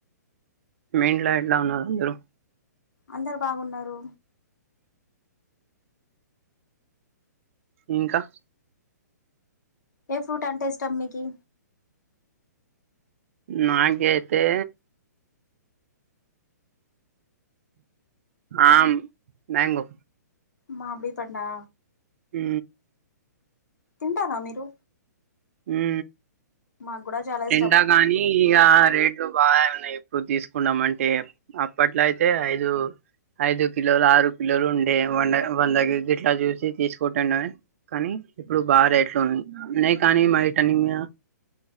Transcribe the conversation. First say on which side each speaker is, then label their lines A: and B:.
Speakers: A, on the right; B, on the left.
A: ఇంట్లో ఎట్లా ఉన్నారు అందరు
B: అందరు బాగున్నారు
A: ఇంకా
B: ఏ ఫ్రూట్ అంటే ఇష్టం మీకి
A: నాకి ఐతే ఆమ్ మ్యాంగో
B: మాబ్బి పండా
A: ఉ
B: తింటారా మీరు
A: ఉ
B: మాకు కూడా చాలా
A: తింటా
B: ఇష్టం
A: కానీ ఇగ రేట్లు బాగా ఇప్పుడు తీసుకున్నాం అంటే అప్పట్లో అయితే ఐదు ఐదు కిలోలు ఆరు కిలోలు ఉండే వండ వంద కె జి ఇట్ల చూసి తీసుకుంటండవి కాని ఇప్పుడు బా రేట్లున్నయ్ ఉన్నయ్ కానీ మా ఇట నింగ